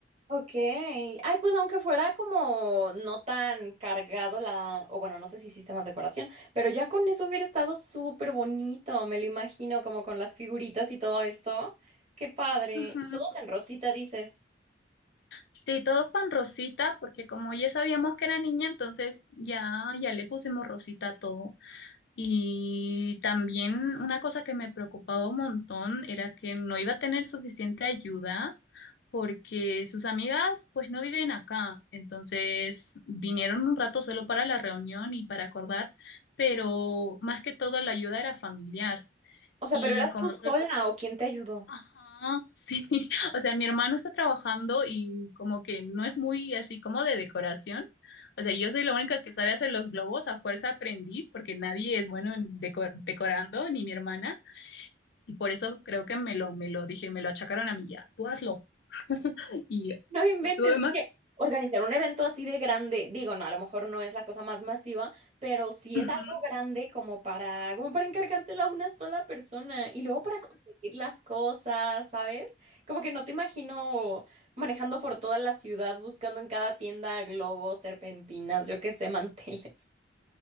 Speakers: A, on the right; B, on the left.
A: Ok. Ay, pues aunque fuera como no tan cargado la, o bueno, no sé si hiciste más decoración, pero ya con eso hubiera estado súper bonito, me lo imagino, como con las figuritas y todo esto. Qué padre.
B: Ujú.
A: Todos en rosita, dices.
B: Sí, todo fue en rosita porque como ya sabíamos que era niña, entonces ya, ya le pusimos rosita a todo. Y también una cosa que me preocupaba un montón era que no iba a tener suficiente ayuda porque sus amigas pues no viven acá. Entonces vinieron un rato solo para la reunión y para acordar, pero más que todo la ayuda era familiar.
A: O sea,
B: Y
A: pero ¿eras
B: como
A: tú
B: solo
A: sola o quién te ayudó?
B: Ajá, sí, <laughs> o sea, mi hermano está trabajando y como que no es muy así como de decoración. O sea, yo soy la única que sabe hacer los globos, a fuerza aprendí porque nadie es bueno en decor- decorando, ni mi hermana, y por eso creo que me lo, me lo dije, me lo achacaron a mí ya, tú hazlo. Y
A: No inventes,
B: tuve más.
A: oye, organizar un evento así de grande, digo, no, a lo mejor no es la cosa más masiva, pero sí
B: Ujú.
A: es algo grande como para, como para encargárselo a una sola persona y luego para conseguir las cosas, ¿sabes? Como que no te imagino manejando por toda la ciudad buscando en cada tienda globos, serpentinas, yo qué sé, <laughs> manteles.